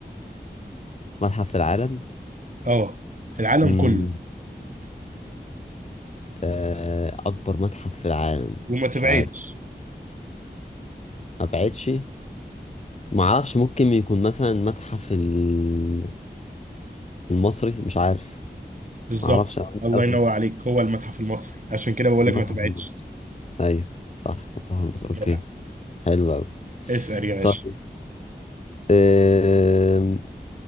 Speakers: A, on the left; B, on the right.
A: متحف في العالم
B: اه في العالم
A: امم
B: كله
A: آه، اكبر متحف في العالم
B: وما تبعدش
A: مش عارف ما بعتش ما اعرفش ممكن يكون مثلا المتحف ال- المصري مش عارف
B: بالظبط
A: ما اعرفش انا عندي
B: الله
A: قبل
B: ينور عليك هو المتحف المصري عشان كده بقول لك
A: المتحف
B: ما تبعدش
A: المصري ايوه صح المتحف المصري اوكي
B: جدع
A: حلو قوي
B: اسأل يا باشا
A: طيب آم،